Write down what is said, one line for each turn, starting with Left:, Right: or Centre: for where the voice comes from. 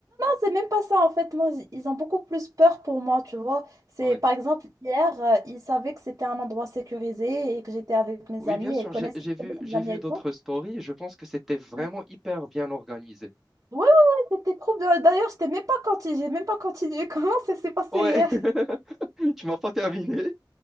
Right: C'est même pas ça en fait, moi j- ils ont beaucoup plus peur pour moi, tu vois. C'est
Centre: Ouais.
Right: par exemple hier, euh, ils savaient que c'était un endroit sécurisé et que j'étais avec mes
Centre: Oui,
Right: amis
Centre: bien sûr,
Right: et ils connaissent,
Centre: j'ai, j'ai
Right: ils
Centre: vu,
Right: connaissent
Centre: j'ai
Right: mes amis
Centre: vu
Right: et
Centre: d'autres
Right: tout.
Centre: stories, je pense que c'était vraiment
Right: Ouais,
Centre: hyper bien organisé.
Right: ouais, ouais, c'était trop bien. D'ailleurs, j'étais même pas continué, j'ai même pas continué. <laughs> Comment ça s'est passé
Centre: Ouais,
Right: hier?
Centre: <laughs> tu m'as pas terminé.